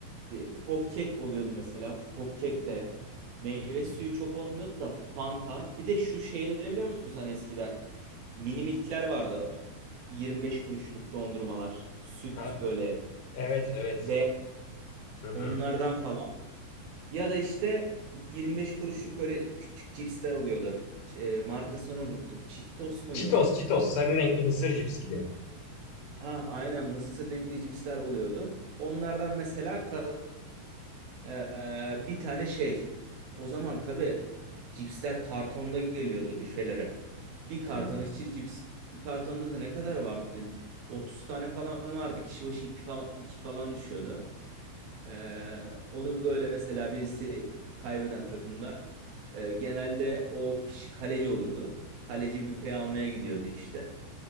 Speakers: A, on the right; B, on the left.
A: bir pop cake oluyordu mesela. Pop cake de meyve
B: Hı hı.
A: suyu çok olmuyordu da Fanta. Bir de şu şeyleri biliyor musunuz hani eskiden mini milkler vardı. 25 kuruşluk dondurmalar, süt
B: Ha,
A: böyle
B: evet, evet.
A: beyaz
B: Hı hı.
A: onlardan falan. Ya da işte 25 kuruşluk böyle küçük cipsler oluyordu. C- e, markasını unuttum. Cheetos muydu?
B: Cheetos, Cheetos. Sarı renkli mısır cips gibi.
A: Ha, aynen mısır renkli cipsler oluyordu. Onlardan mesela ka- eee, bir tane şey. O zaman tabii cipsler kartonda geliyordu büfelere. Bir
B: Hı
A: karton
B: hı.
A: içi cips. Bir kartonda da ne kadar vardı? 30 tane falan vardı. Kişi başı 2 falan, iki falan düşüyordu. Eee, onu böyle mesela birisi kaybeden takımda eee, genelde o kişi kaleci olurdu. Kaleci büfeye almaya gidiyordu işte.